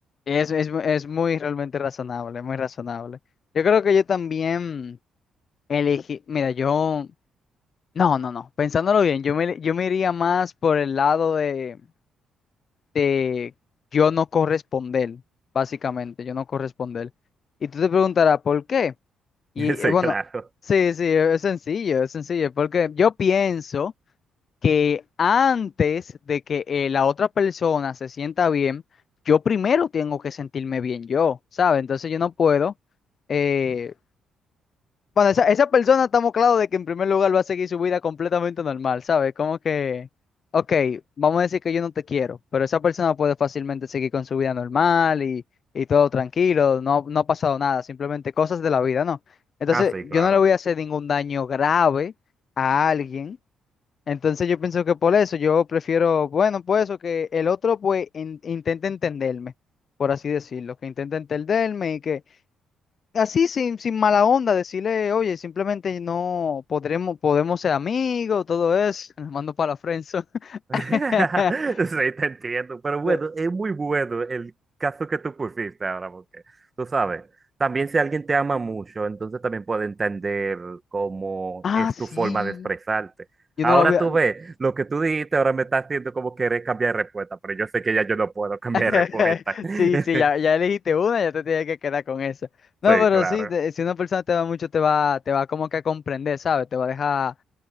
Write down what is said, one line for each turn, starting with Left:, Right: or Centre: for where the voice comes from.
Left: Es, es, es muy realmente razonable, muy razonable. Yo creo que yo también elegí... Mira, yo... No, no, no. Pensándolo bien, yo me, yo me iría más por el lado de... de yo no corresponder, básicamente, yo no corresponder. Y tú te preguntarás, ¿por qué? Y
Right: <laughs> Sí,
Left: eh, bueno,
Right: claro.
Left: sí, sí, es sencillo, es sencillo, porque yo pienso que antes de que eh, la otra persona se sienta bien, yo primero tengo que sentirme bien yo, ¿sabes? Entonces yo no puedo. eh, bueno, esa, esa persona estamos claros de que en primer lugar va a seguir su vida completamente normal, ¿sabes? Como que, ok, vamos a decir que yo no te quiero, pero esa persona puede fácilmente seguir con su vida normal y, y todo tranquilo, no, no ha pasado nada, simplemente cosas de la vida, ¿no? Entonces,
Right: Ah, sí,
Left: yo
Right: claro.
Left: no le voy a hacer ningún daño grave a alguien. Entonces, yo pienso que por eso yo prefiero, bueno, pues eso, que el otro pues in- intente entenderme, por así decirlo, que intente entenderme y que así sin, sin mala onda, decirle, oye, simplemente no podremos, podemos ser amigos, todo eso. <laughs> Los mando para la friendzone. <laughs>
Right: <laughs> Sí, te entiendo, pero bueno,
Left: De-
Right: es muy bueno el caso que tú pusiste ahora, porque tú sabes, también si alguien te ama mucho, entonces también puede entender cómo
Left: Ah,
Right: es
Left: sí.
Right: tu forma de expresarte.
Left: Yo
Right: Ahora
Left: no la voy a...
Right: tú ves, lo que tú dijiste ahora me está haciendo como querer cambiar de respuesta, pero yo sé que ya yo no puedo <laughs> cambiar
Left: <laughs>
Right: de respuesta. <laughs>
Left: Sí, sí, ya, ya elegiste una, ya te tienes que quedar con esa. No,
Right: Sí,
Left: pero
Right: claro.
Left: sí, te- si una persona te va mucho, te va, te va como que a comprender, ¿sabes? Te va a dejar...